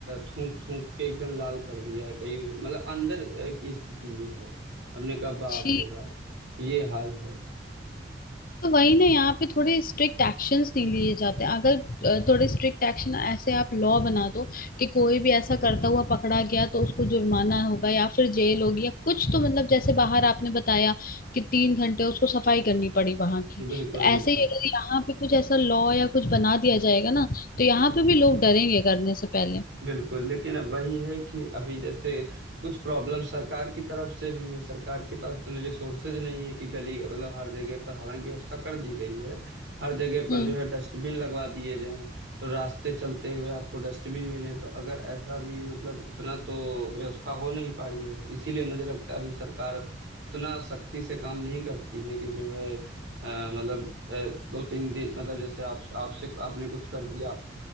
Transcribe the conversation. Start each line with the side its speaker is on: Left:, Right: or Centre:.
Right: थूक थूक के एकदम लाल कर दिया है कई मतलब अंदर अ, की स्थिति ये है हमने कहा बाप
Left: ठीक
Right: रे बाप ये हाल है
Left: तो वही ना यहाँ पे थोड़े स्ट्रिक्ट एक्शंस नहीं लिए जाते अगर अ, थोड़े स्ट्रिक्ट एक्शन ऐसे आप लॉ बना दो कि कोई भी ऐसा करता हुआ पकड़ा गया तो उसको जुर्माना होगा या फिर जेल होगी या कुछ तो मतलब जैसे बाहर आपने बताया कि तीन घंटे उसको सफाई करनी पड़ी वहां की
Right: बिल्कुल
Left: तो
Right: बिल्कुल
Left: ऐसे ही अगर यहाँ पे कुछ ऐसा लॉ या कुछ बना दिया जाएगा ना तो यहाँ पे भी लोग डरेंगे करने से पहले
Right: बिल्कुल लेकिन अब वही है कि अभी जैसे कुछ प्रॉब्लम सरकार की तरफ से भी है सरकार के पास उतने रिसोर्सेज नहीं है कि गली मतलब हर जगह पर हालांकि व्यवस्था कर दी गई है हर जगह पर
Left: हम्म
Right: जो है डस्टबिन लगवा दिए जाएं तो रास्ते चलते हुए आपको डस्टबिन मिले तो अगर ऐसा भी मतलब उतना तो व्यवस्था हो नहीं पाई है तो इसीलिए मुझे लगता है अभी सरकार उतना सख्ती से काम नहीं करती है कि जो है अ, मतलब अ, दो तीन दिन मतलब जैसे आप आपसे आपने कुछ कर दिया